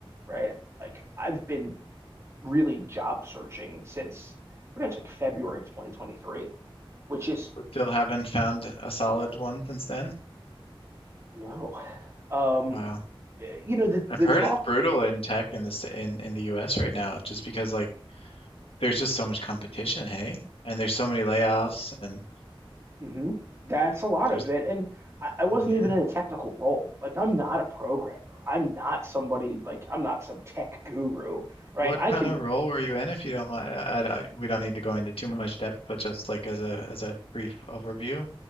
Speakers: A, on the right; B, on the left.
A: right? Like I've been really job searching since pretty much like February of 2023, which is
B: But still haven't found a solid one since then.
A: no. Um,
B: Wow.
A: you know, the
B: I've
A: the
B: heard
A: talk
B: it's brutal in tech in the sta- in in the US right now just because like there's just so much competition, hey? And there's so many layoffs and
A: hmm That's a lot of
B: there's
A: it. And I, I wasn't
B: <laughs>
A: even in a technical role. Like, I'm not a programmer. I'm not somebody, like, I'm not some tech guru, right?
B: what
A: I
B: kind
A: can,
B: of role were you in if you don't mind? I, I- we don't need to go into too much depth, but just like as a as a brief overview.